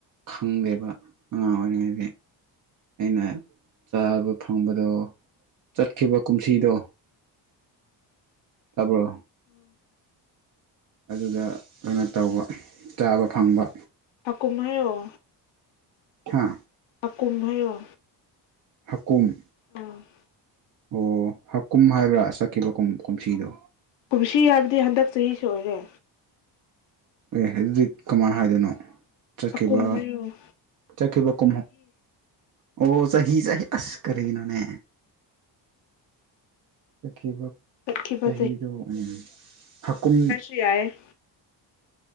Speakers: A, on the right (about 45°); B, on the left (about 80°).
A: ꯈꯪꯗꯦꯕ ꯑꯉꯥꯡ ꯑꯣꯏꯔꯤꯉꯩꯗꯤ ꯑꯩꯅ ꯆꯥꯕ ꯈꯪꯕꯗꯣ ꯆꯠꯈꯤꯕ ꯀꯨꯝꯁꯤꯗꯣ
B: <inaudible>
A: ꯇꯕ꯭ꯔꯣ
B: ꯎꯝ
A: ꯑꯗꯨꯗ ꯀꯩꯅꯣ ꯇꯧꯕ ꯆꯥꯕ ꯈꯪꯕ
B: ꯍꯥꯀꯨꯝ ꯍꯥꯏꯌꯣ
A: ꯍꯥ
B: ꯍꯥꯀꯨꯝ ꯍꯥꯢꯌꯣ
A: ꯍꯥꯀꯨꯝ
B: ꯎꯝ
A: ꯑꯣ ꯍꯥꯀꯨꯝ ꯍꯥꯏꯕ꯭ꯔꯥ ꯆꯠꯈꯤꯕ ꯀꯨꯝ ꯀꯨꯝꯁꯤꯗꯣ
B: ꯀꯨꯝꯁꯤ ꯍꯥꯏꯕꯗꯤ ꯍꯟꯗꯛ ꯆꯍꯤꯁꯤ ꯑꯣꯏꯔꯦ
A: ꯑꯦ ꯑꯗꯨꯗꯤ ꯀꯃꯥꯏ ꯍꯥꯏꯗꯣꯏꯅꯣ ꯆꯠꯈꯤꯕ
B: ꯍꯥꯀꯨꯝ ꯍꯥꯏꯌꯣ
A: ꯆꯠꯈꯤꯕ ꯀꯨꯝ ꯑꯣ ꯆꯍꯤ ꯆꯍꯤ ꯑꯁ ꯀꯔꯤꯅꯣꯅꯦ ꯆꯠꯈꯤꯕ
B: ꯆꯠꯈꯤꯕ
A: ꯆꯍꯤꯗꯣꯝ ꯎꯝ ꯍꯥꯀꯨꯝ
B: ꯌꯥꯏ